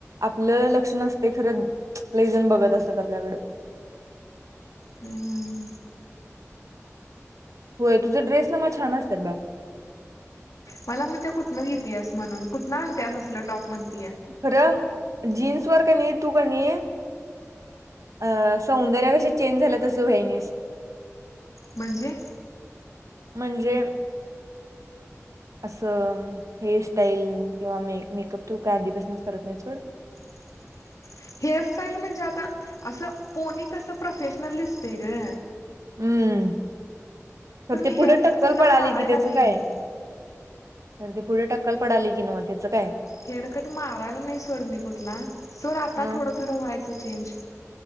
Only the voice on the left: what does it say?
हम्म.
मला म्हणत्या कुठनं घेतियास म्हणून कुठनं आंतियास असल टॉप म्हणत
म्हणजे
<inaudible> हेअरस्टाईल म्हणजे आता असं पोनी कसं प्रोफेशनल दिसत ग
हेअरकट
कुठला
मारायला
नाही
मी.
हेअरकट मारयला नाही सोड मी कुठला. सोड आता
थोडं-थोडं व्हायचं चेंज.